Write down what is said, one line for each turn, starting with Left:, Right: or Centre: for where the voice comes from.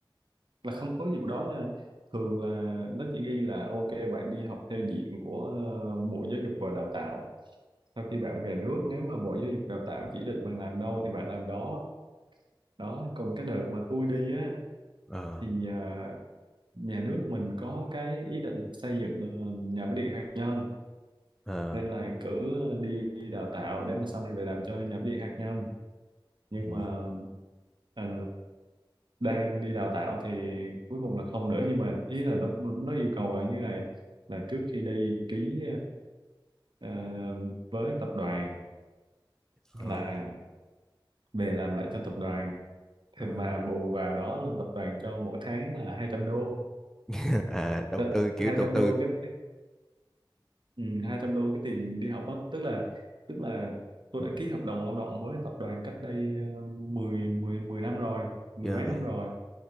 Right: là không có vụ đó nha thường là nó chỉ ghi là ok bạn đi học theo diện của ờ, Bộ Giáo dục và Đào tạo sau khi bạn về nước nếu mà Bộ Giáo dục Đào tạo chỉ định bạn làm đâu thì bạn làm đó đó còn cái đợt mà tôi đi á
Centre: Ờ,
Right: thì à, nhà nước mình có cái ý định xây dựng ờ, nhà máy điện hạt nhân
Centre: ờ,
Right: nên là cử đi, đi đào tạo để mà sau này về làm cho nhà máy điện hạt nhân nhưng
Centre: ừ,
Right: mà ờ, đang đi đào tạo thì cuối cùng là không nữa nhưng mà ý là nó nó yêu cầu là như này là trước khi đi ký ờ, ờ, với tập đoàn
Centre: ờ,
Right: là về làm lại cho tập đoàn
Centre: đó.
Right: thì mà bù vào đó là tập đoàn cho mỗi tháng là 200 đô
Centre: <laughs> À, đầu
Right: Tự-
Centre: tư kiểu
Right: 200
Centre: đầu tư
Right: đô cái cái- ừ, 200 đô cái tiền đi học á tức là tức là tôi đã ký hợp đồng lao động với tập đoàn cách đây ờ, 10 10 10 năm rồi mười
Centre: yeah,
Right: mấy
Centre: vậy.
Right: năm rồi